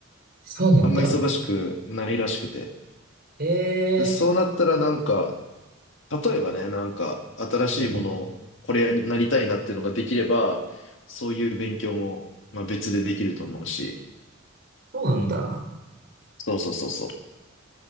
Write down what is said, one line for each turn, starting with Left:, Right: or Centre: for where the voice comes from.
Right: そうなんだ。
Left: あんま忙しくないらしくて。
Right: ええ
Left: で、そうなったらなんか、例えばね、なんか、新しいものを、
Right: うん、
Left: これやりなりたいなっていうのができれば、そういう勉強も、まあ別でできると思うし。
Right: そうなんだ。
Left: そうそうそうそう。